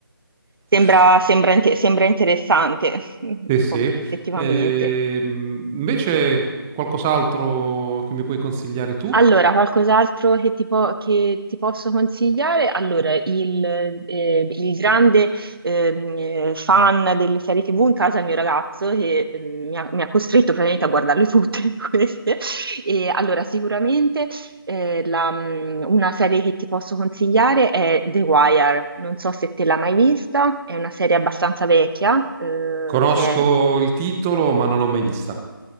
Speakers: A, on the right; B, in the centre.
A: Sembra,
B: <laughs>
A: sembra inte- sembra interessante, <laughs>
B: Sì, sì.
A: come effettivamente.
B: Ehm, invece qualcos'altro che mi puoi consigliare tu?
A: Allora, qualcos'altro che ti, po- che ti posso consigliare? Allora, il, eh, il grande ehm, eh, fan delle serie TV in casa è il mio ragazzo che ehm, mi ha, mi ha costretto praticamente a guardarle tutte <laughs> queste. E allora, sicuramente eh, la, mm, una serie che ti posso consigliare è The Wire. Non so se te l'hai mai vista, è una serie abbastanza vecchia, eh,
B: Conosco
A: che è
B: il titolo, ma non l'ho mai vista.